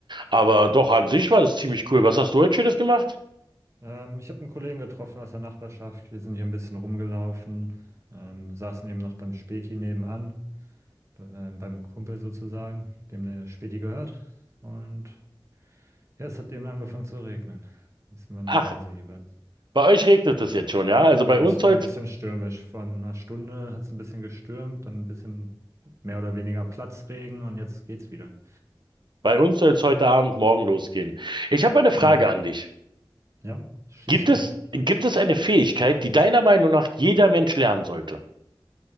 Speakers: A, on the right; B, on the right.
A: Aber doch an sich war das ziemlich cool. Was hast du heute Schönes gemacht?
B: Ähm, ich habe einen Kollegen getroffen aus der Nachbarschaft. Wir sind hier ein bisschen rumgelaufen, ähm, saßen eben noch beim Späti nebenan, bei, äh, beim Kumpel sozusagen, dem der Späti gehört. Und ja, es hat eben angefangen zu regnen. Jetzt sind wir nach
A: Ach,
B: Hause jeweils.
A: bei euch regnet es jetzt schon, ja? Also
B: Ja,
A: bei uns
B: es
A: soll's,
B: war ein bisschen stürmisch. Von einer Stunde hat es ein bisschen gestürmt, dann ein bisschen mehr oder weniger Platzregen und jetzt geht's wieder.
A: bei uns soll's heute Abend, morgen losgehen. Ich habe eine Frage
B: <laughs>
A: an dich.
B: Ja, schieß
A: Gibt
B: los.
A: es, gibt es eine Fähigkeit, die deiner Meinung nach jeder Mensch lernen sollte?